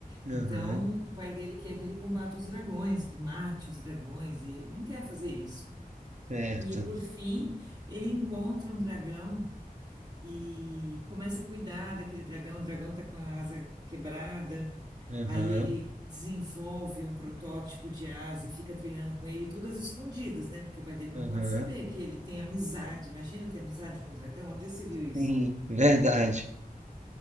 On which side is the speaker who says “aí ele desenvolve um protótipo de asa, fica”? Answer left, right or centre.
Right